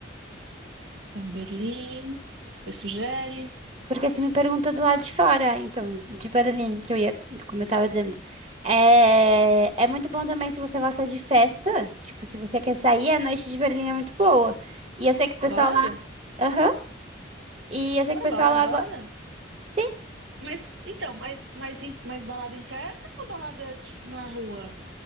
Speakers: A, on the right; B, on the right.
A: Então, Berlim, você sugere?
B: Porque você me perguntou do lado de fora, então, de Berlim, que eu ia, como eu tava dizendo. É, é muito bom também se você gosta de festa. Tipo, se você quer sair, a noite de Berlim é muito boa. E eu sei que o pessoal
A: Balada?
B: lá. Aham. E eu sei
A: Não
B: que o pessoal
A: é balada,
B: lá.
A: balada?
B: go- Sim.
A: Mas, então, mas, mas, in- mas balada interna ou balada, tipo, na rua?